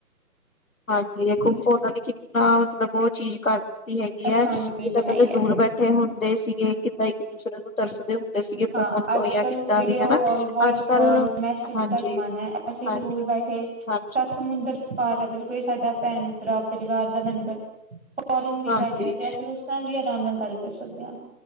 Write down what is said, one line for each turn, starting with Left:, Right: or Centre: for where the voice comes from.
Left: ਹਾਂਜੀ, ਦੇਖੋ ਫੋਨਾ ਨੇ ਕਿੰਨਾ ਮਤਲਬ ਉਹ ਚੀਜ਼ ਕਰ ਕੀਤੀ ਹੈਗੀ
Right: ਆਸਾਨੀ
Left: ਹੈ। ਜਿੱਦਾਂ
Right: ਬਣਾਈ
Left: ਪਹਿਲਾਂ
Right: ਹੈ
Left: ਦੂਰ ਬੈਠੇ ਹੁੰਦੇ ਸੀਗੇ ਕਿੱਦਾਂ ਇੱਕ ਦੂਸਰੇ ਨੂੰ ਤਰਸਦੇ ਹੁੰਦੇ ਸੀਗੇ
Right: ਹਾਂ
Left: ਫੋਨ ਤੋਂ
Right: ਅੱਜ
Left: ਜਾਂ
Right: ਕੱਲ
Left: ਕਿੱਦਾਂ
Right: ਵੀਡੀਓ
Left: ਵੀ ਹਨਾ
Right: ਕਾਲ ਵੋਇਸ
Left: ਅੱਜ-
Right: ਕਾਲ
Left: ਕੱਲ
Right: ਮੈਸੇਜ
Left: ਹਾਂਜੀ।
Right: ਦਾ ਜ਼ਮਾਨਾ ਹੈ ਅਸੀਂ
Left: ਹਾਂਜੀ
Right: ਦੂਰ ਬੈਠੇ,
Left: ਹਾਂਜੀ
Right: ਸੱਤ ਸਮੁੰਦਰ ਪਾਰ ਅਗਰ ਕੋਈ ਸਾਡਾ ਭੈਣ-ਭਰਾ ਪਰਿਵਾਰ ਦਾ ਮੈਂਬਰ ਫੋਰਨ ਵਿੱਚ
Left: ਹਾਂਜੀ
Right: ਬੈਠਿਆ ਤੇ ਅਸੀਂ ਉਸ ਨਾਲ ਵੀ ਆਰਾਮ ਨਾਲ ਗੱਲ ਕਰ ਸਕਦੇ ਆ।